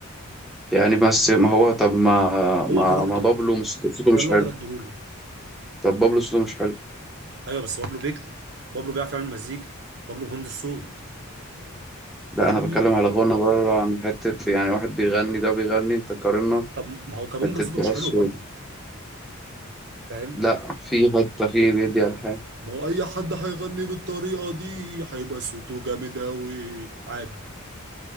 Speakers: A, in the centre; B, on the right.
A: يعني بس ما هو طب ما ما
B: هو كاركتر
A: ما بابلو مش صوته
B: ده
A: مش
B: اللي
A: حلو
B: اقدر اديهوله
A: طب بابلو صوته مش حلو
B: ايوه بس بابلو بيكتب بابلو بيعرف يعمل مزيكا بابلو مهندس صوت
A: لا
B: فاهمني
A: انا بتكلم على غنى بره عن حته يعني واحد بيغني ده بيغني انت قارنا
B: طب ما هو كابونجا
A: حته
B: صوته
A: بس
B: مش حلو برضه
A: و-
B: فاهم
A: لا في حته في بيدي على الحياه
B: ما هو اي حد هيغني بالطريقه دي هيبقى صوته جامد قوي عادي